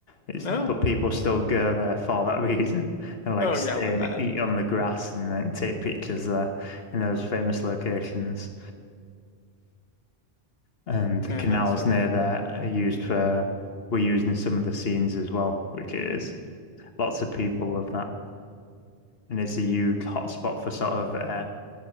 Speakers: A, on the left (about 65°); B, on the left (about 45°).
A: It's
B: No?
A: but people still go there for that reason <laughs> and like
B: Oh
A: stay
B: yeah, I would imagine.
A: and eat on the grass and then take pictures there in those famous locations. And the
B: Man,
A: canals
B: that's so
A: near
B: cool.
A: there are used for were used in some of the scenes as well, which is lots of people love that. And it's a huge hotspot for sort of uh,